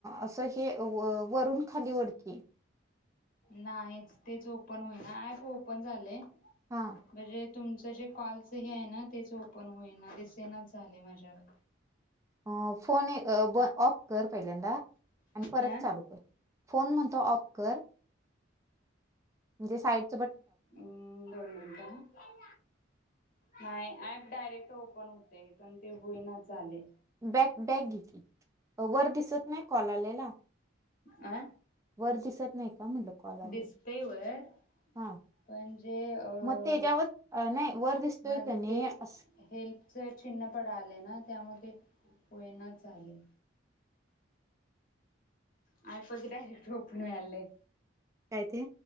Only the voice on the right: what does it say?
असं हे व वरून खाली ओढ की,
हा
अं फोन ये अ ब ऑफ कर पहिल्यांदा आणि परत
चालू कर फोन म्हणतो ऑफ कर म्हणजे साईड
बॅक बॅक घे की, अ वर दिसत नाहीत कॉल आलेला
वर दिसत नाही. का म्हटलं कॉल आलेला
हा
मग त्याच्यावर अं, नाही वर दिसतोय
का नाही
अस
काय ते